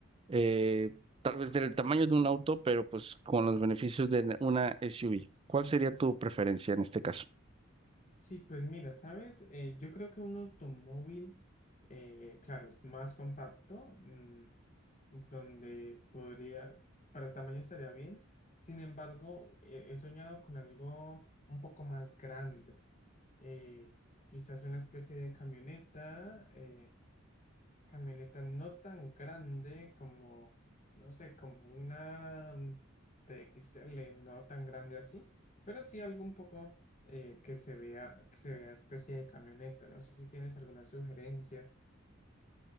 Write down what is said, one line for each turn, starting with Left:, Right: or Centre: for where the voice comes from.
Right: eh, tal vez del tamaño de un auto, pero pues con los beneficios de una SUV. ¿Cuál sería tu preferencia en este caso?
Left: Sí, pues mira, ¿sabes? Eh, yo creo que un automóvil, eh, claro, es más compacto, mm, donde podría, para el tamaño estaría bien. Sin embargo, eh, he soñado con algo un poco más grande. eh, quizás una especie de camioneta, eh Camioneta no tan grande como, no sé, como una mm, T X L no tan grande así, pero sí algo un poco eh, que se vea, que se vea especie de camioneta. No sé si tienes alguna sugerencia.